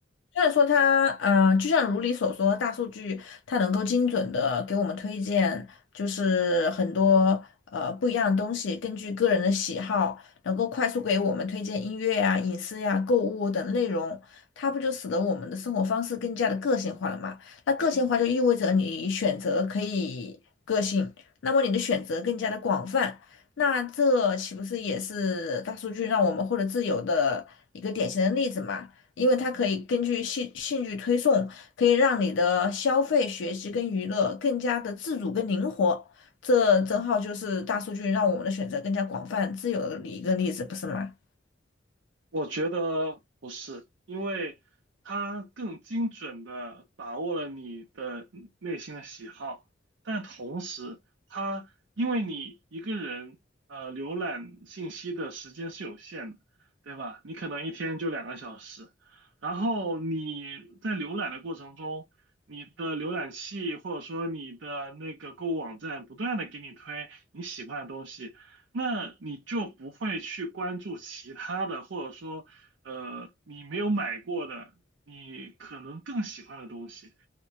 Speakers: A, on the left; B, on the right.
A: 虽然说它，嗯、就像如你所说，大数据它能够精准的给我们推荐，就是很多呃不一样的东西，根据个人的喜好，能够快速给我们推荐音乐呀、影视呀、购物等内容，它不就使得我们的生活方式更加的个性化了嘛？那个性化就意味着你选择可以个性，那么你的选择更加的广泛，那这岂不是也是大数据让我们获得自由的一个典型的例子嘛？因为它可以根据兴兴趣推送，可以让你的消费、学习跟娱乐更加的自主跟灵活。这正好就是大数据让我们的选择更加广泛、自由的一个例子，不是吗？
B: 我觉得不是，因为它更精准的把握了你的内心的喜好，但同时，它因为你一个人呃浏览信息的时间是有限的，对吧？你可能一天就两个小时，然后你在浏览的过程中，你的浏览器或者说你的那个购物网站不断的给你推你喜欢的东西。那你就不会去关注其他的，或者说，呃，你没有买过的，你可能更喜欢的东西，